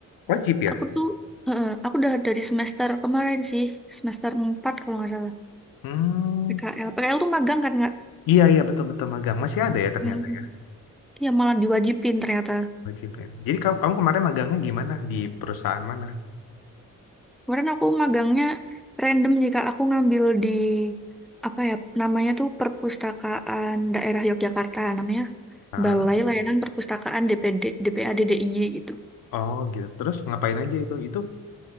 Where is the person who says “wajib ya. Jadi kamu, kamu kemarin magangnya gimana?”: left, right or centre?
Left